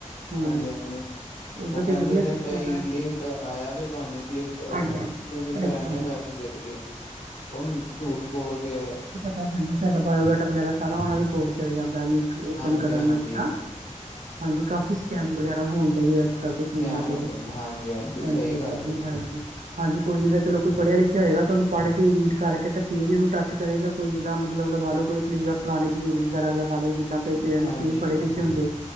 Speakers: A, on the right; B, on the left.
A: ਹੂੰ
B: ਹਾਂਜੀ-ਹਾਂਜੀ
A: ਉਹਦਾ
B: ਓ ਕੈਂਦੇ
A: ਤੇ ਵਧੀਆ
B: ਨੇ
A: ਸਿਸਟਮ
B: ਬਈ
A: ਹੈ
B: ਲਿੰਕ ਆਏਆ ਵੇ ਤੂਆਨੂੰ, ਕਲਿੱਕ ਕਰੋ
A: ਹਾਂਜੀ ਹਾਂਜੀ
B: ਤੂਸੀ ਫੇਰ
A: ਕਲਿੱਕ
B: ਏਨੇ
A: ਕਰੋ
B: ਪੈਸੇ ਜਿੱਤ ਗੇ, ਓਨੂ ਝੂਠ ਬੋਲ ਕੇ
A: ਤਾਂ ਹਾਂਜੀ ਸਾਡਾ ਬਾਏਓਡਾਟਾ ਵਗੈਰਾ ਸਾਰਾ ਓਨਾਂ ਦੇ ਕੋਲ ਚਲੇ ਜਾਂਦੈ ਲਿਂਕ ਓਪਨ
B: ਹਾਂਜੀ
A: ਕਰਨ
B: ਹਾਂਜੀ
A: ਨਾਲ ਜਿੱਦਾਂ, ਹਾਂਜੀ ਕਾਫੀ ਸਕੈਮ ਵਗੈਰਾ ਹੋਨ ਡੇ ਆ। ਘਰ ਦੇ
B: ਸਕੈਮ
A: ਫੋਨਾਂ ਤੇ,
B: ਹੋ ਜਾਂਦਾ ਹਾਂਜੀ
A: ਹਾਂਜੀ
B: ਸਹੀ
A: ਐ
B: ਗੱਲ ਬਿਲਕੁਲ
A: ਮੋਬਾਈਲ ਤੇ। ਹਾਂਜੀ ਕੋਈ ਨੀ ਤਾ ਚਲੋ ਕੋਈ ਪੜੇਆ ਲਿਖੇਆ ਹੋਏਗਾ, ਤੇ ਓਨੂ ਪਾੱੜ ਕੇ ਰੀਡ ਕਾਰਕੇ ਤੇ ਫੇਰ ਈ ਓਨੂੰ ਟੱਚ ਕਰੇਗਾ, ਕੋਈ ਜਿੱਦਾਂ ਮਤਲਬ ਲਗਾ ਲੋ, ਕੋਈ ਅਪਨੀ ਜਿੱਦਾਂ ਪੁਰਾਨੇ ਬਜ਼ੁਰਗ ਵਗੈਰਾ ਲਗਾ ਲੋ, ਜਿੱਦਾਂ ਕਂਈ ਪੇਰੈਂਟਸ
B: ਹਾਂਜੀ
A: ਨਈ ਪੜੇ-ਲਿਖੇ ਹੁੰਦੈ,